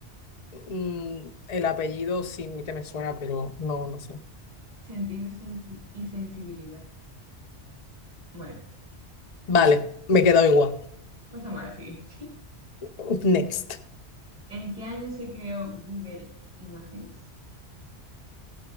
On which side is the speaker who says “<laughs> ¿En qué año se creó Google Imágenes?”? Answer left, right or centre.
Right